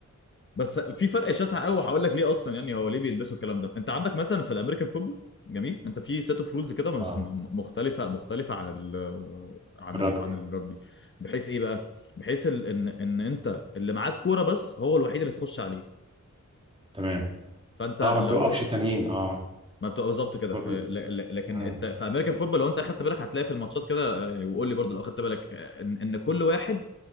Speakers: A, on the left; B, on the right.
A: بس في فرق شاسع قوي وهقول لك ليه اصلا يعني هو ليه بيلبسوا الكلام ده انت عندك مثلا في الامريكان فوتبول جميل انت في سيت اوف رولز كده مس-
B: اه
A: م- مختلفه مختلفه عن ال عن
B: الرجبي
A: ال عن الرugby بحيث ايه بقى بحيث ال- ان ان انت اللي معاك كوره بس هو الوحيد اللي تخش عليه
B: تمام
A: فانت
B: اه
A: لو
B: ما بتوقفش
A: ر-
B: تانيين اه
A: ما بتبقى بالظبط كده
B: ب... ب...
A: آه، ل- ل- لكن
B: مم.
A: الت- في امريكان فوتبول لو انت اخدت بالك هتلاقي في الماتشات كده آه، وقول لي برضو لو اخدت بالك آه، ان ان كل واحد